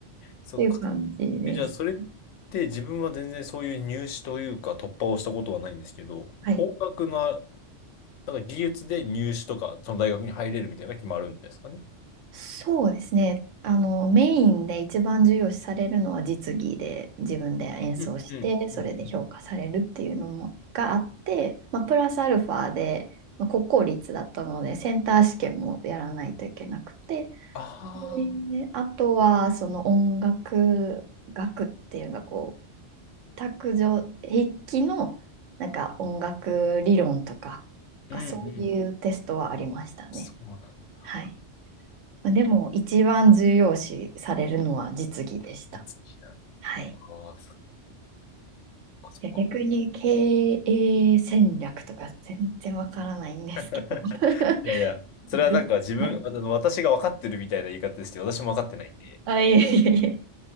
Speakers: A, on the left; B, on the right.
A: そっか。
B: ていう感じでした。
A: えじゃあ、それって自分は全然そういう入試というか突破をしたことはないんですけど、
B: はい
A: 音楽の、なんか技術で入試とか、その大学に入れるみたいなのが決まるんですかね
B: そうですね。あの、メインで一番重要視されるのは実技で自分で演奏して、
A: うん、うん、
B: それで評価されるっていうのもがあって、
A: うん、うん。
B: まあ、プラスアルファで、まあ、国公立だったので、センター試験もやらないといけなくて、
A: ああ、
B: で、あとはその音楽学っていうのがこう、卓上、筆記のなんか音楽理論とか、
A: うん、
B: なんかそういうテストはありましたね。
A: うん。そうなんだ。
B: はい。まあでも、一番重要視されるのは実技でした。
A: 実技なんだ。
B: はい。
A: ああ、そっかそっか。
B: いや逆に経営戦略とか全然わからないんですけど。
A: <laughs>
B: <laughs>
A: いやいや、それはなんか自分、
B: ど、はい。
A: あの、私が分かってるみたいな言い方ですけど、私も分かってないんで、
B: あ、いえいえいえ。